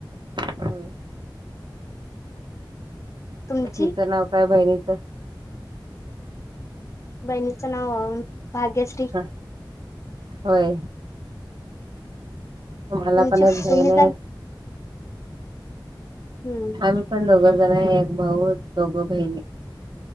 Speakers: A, on the right (about 65°); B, on the left (about 35°).
A: हो
B: तुमची
A: तिचं नाव काय बहिणीचं
B: बहिणीचं नाव भाग्यश्री
A: ह होय मला
B: तुमची
A: पण एक बहीण
B: तुम्ही
A: आहे
B: जण हम्म
A: आम्ही पण दोघ जणं आहे एक भाऊ दोघ बहिणी